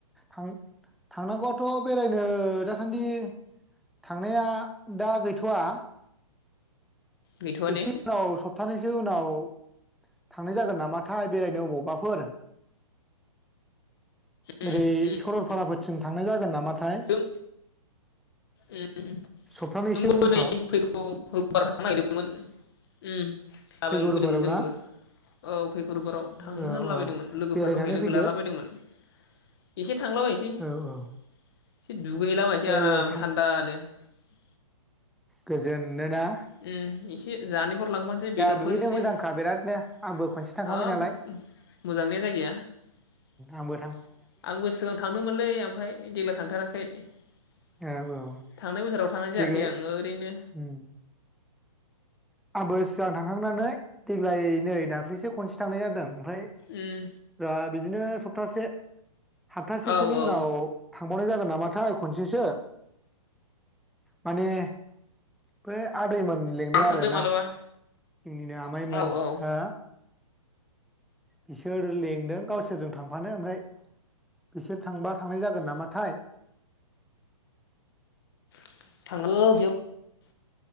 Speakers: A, in the centre; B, on the left (about 40°).
A: थां थांनांगौआथ' बेरायनो दासान्दि थांनाया दा गैथ'वा
B: गैथ'आ ने
A: एसे स सप्थानैसो उनाव थांनाय जागोन नामाथाय बेरायनो अबावबाफोर
B: उम
A: ओरै
B: उम
A: सरलपाराफोरथिं
B: उम
A: थांनाय जागोन नामाथाय
B: जों उम
A: सप्तानैसो
B: जोंबो
A: उनफ्राव
B: नै फैगौ रबिबार थांनो नागिरदोंमोन <inaudible>
A: फैगौ रबिबाराव ना औ औ बेरायनानै फैदो
B: <inaudible>
A: औ औ
B: <inaudible>
A: औ औ गोजोनोना
B: <inaudible>
A: दुगैनो मोजांखा बिरादनो
B: <inaudible>
A: आंबो खनसे थांखांबाय नालाय आबो
B: <inaudible>
A: औ औ
B: थांनाय बोसोराव थांनाय जायाखै
A: देग्लाय
B: आं ओरैनो
A: <inaudible> आंबो सिगां थांखांनानै देग्लाय नै दाख्लैसो खनसे थांनाय जादों ओमफ्राय
B: उम
A: द बिदिनो सप्तासे हान्थासेसोनि
B: औ औ
A: उनाव थांबावनाय जागोन नामाथाय खनसेसो माने बो आदैमोन लिंदों
B: थांदो
A: आरो ना
B: मालाबा
A: जोंनिनो आमाइमोन
B: औ औ
A: हो बिसोर लेंदों गावसोरजों थांफानो ओमफ्राय बिसोर थांबा थांनाय जागोन नामाथाय
B: <inaudible>